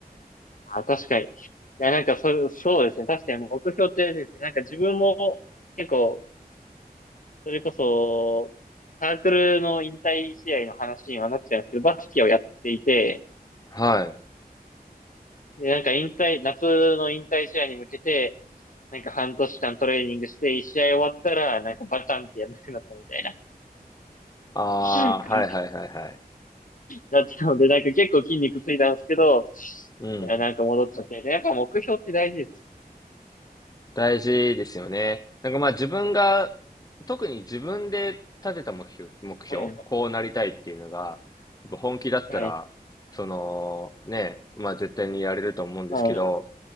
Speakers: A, on the left; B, on the left.
A: あ、確かに。いや、なんかそ、そうですね。確かに目標ってあれですね。なんか自分も結構それこそ、サークルの引退試合の話にはなっちゃうんですけど、バスケをやっていて、
B: はい。
A: で、なんか引退、夏の引退試合に向けて、なんか半年間トレーニングして、一試合終わったら、なんかバタンってやんなくなったみたいな
B: ああ、
A: <laughs> 感じ
B: はいはいはいはい。
A: だったので、なんか結構筋肉ついたんですけど、
B: うん。
A: いや、なんか戻っちゃって、やっぱ目標って大事ですね。
B: 大事ですよね。なんかまあ自分が、特に自分で立てた目標、目標、
A: はい。
B: こうなりたいっていうのが、やっぱ本気だったら、
A: はい。
B: その、ね、まあ絶対にやれると思うんですけど、
A: はい。